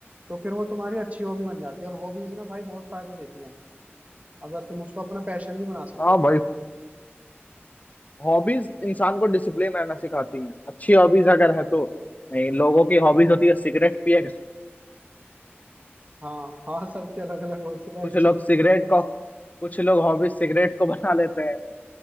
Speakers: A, on the right; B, on the left.
A: तो फिर वो तुम्हारी अच्छी हॉबी बन जाती है और हॉबीज ना भाई बहुत फायदा देती हैं अगर तुम उसको अपना पैशन भी बना सकते
B: हाँ
A: हो
B: भाई हॉबीज इंसान को डिसिप्लिन रहना सिखाती हैं अच्छी हॉबीज अगर है तो नहीं लोगों की हॉबीज होती है सिगरेट पिएगा
A: हाँ हाँ सबकी अलग अलग होती है भाई
B: कुछ
A: अच्छी
B: लोग सिगरेट को कुछ लोग हॉबीज सिगरेट को बना लेते हैं